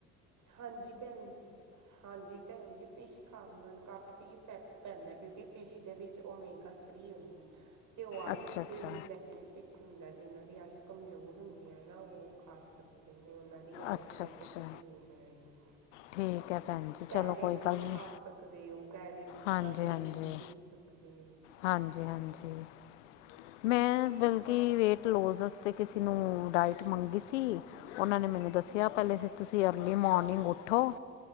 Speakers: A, on the right; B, on the left.
A: ਹਾਂਜੀ ਭੈਣ ਜੀ, ਹਾਂਜੀ। ਭੈਣ ਜੀ ਫਿਸ਼ ਖਾਣ ਨਾਲ ਕਾਫੀ ਇਫੈਕਟ ਪੈਂਦੈ। ਕਿਉਂਕਿ, ਫਿਸ਼ ਦੇ ਵਿੱਚ ਓਮੇਗਾ ਥ੍ਰੀ ਹੁੰਦੈ। ਤੇ ਓ ਆਇਸ
B: ਅੱਛਾ ਅੱਛਾ
A: ਦੇ ਲਈ ਬੈ ਨੀਫਿਕ ਹੁੰਦੈ, ਜਿਨਾਂ ਦੀ ਆਇਸ ਕਮਜ਼ੋਰ ਹੁੰਦੀ ਐ ਨਾ ਓਹ ਖਾ ਸਕਦੇ ਨੇ, ਓਨਾਂ ਦ ਦੀ ਆਈਸਾਈਟ
B: ਅੱਛਾ ਅੱਛਾ
A: ਅੱਛੀ ਹੋ ਜਾਏਗੀ।
B: ਠੀਕ ਹੈ ਭੈਣ ਜੀ
A: ਕੈਰੇਟਸ
B: ਚਲੋ ਕੋਈ ਗੱਲ
A: ਵੀ
B: ਨਹੀਂ
A: ਖਾ ਸਕਦੇ ਔ। ਕੈਰੇਟਸ
B: ਹਾਂਜੀ
A: ਦਾ ਜੂਸ
B: ਹਾਂਜੀ
A: ਵੀ ਪੀ ਸਕ ਦੇ ਓ।
B: ਹਾਂਜੀ, ਹਾਂਜੀ।
A: <inaudible>
B: ਮੈਂ ਬਲਕੇ ਵੇਟ ਲੋਜ਼ ਅਸਤੇ ਕਿਸੇ ਨੂੰ ਡਾਇਟ ਮੰਗੀ ਸੀ ਓਨਾਂ ਨੇ ਮੈਨੂੰ ਦੱਸਿਆ ਪੈਲੇ ਅਸੀ ਤੁਸੀਂ ਅਰਲੀ ਮੋਰਨਿੰਗ ਉੱਠੋ।